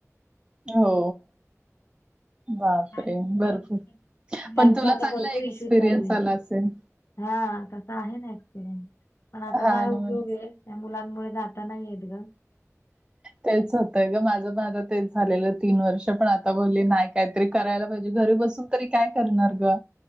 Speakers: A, on the right (about 20°); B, on the left (about 55°).
A: हो, बापरे
B: ह <inaudible>
A: भरपूर पण
B: बँकचा
A: तुला
B: आता
A: चांगला
B: भरपूर
A: एक्सपिरियन्स
B: इशू चालूय
A: आला
B: हाय.
A: असेल.
B: हा आता तर आहे ना एक्सपिरियन्स पण आता
A: हा
B: काय
A: ना
B: उपयोग
A: मग
B: आहे. त्या मुलांमुळे जाता नाहीयेत ग.
A: तेच होतय ग माझं माझं तेच झालेलं तीन वर्ष पण आता बोलली नाही काहीतरी करायला पाहिजे घरी बसून. तरी काय करणार ग.